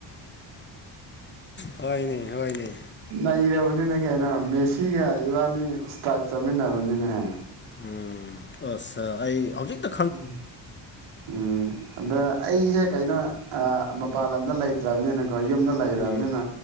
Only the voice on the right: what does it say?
ꯅꯩꯔꯕꯅꯤꯅꯦ ꯀꯩꯅꯣ ꯃꯦꯁꯤꯒ ꯏꯕꯥꯅꯤ ꯏꯁꯇꯥꯏꯜ ꯆꯥꯃꯤꯟꯅꯕꯅꯤꯅꯦꯍꯦ
ꯎꯝ ꯎꯝ ꯑꯗ ꯑꯩꯁꯦ ꯀꯩꯅꯣ ꯑꯥ ꯃꯄꯥꯟ ꯂꯝꯗ ꯂꯩꯇ꯭ꯔꯕꯅꯤꯅ ꯑꯣ ꯌꯨꯝꯗ ꯂꯩꯔꯕꯅꯤꯅ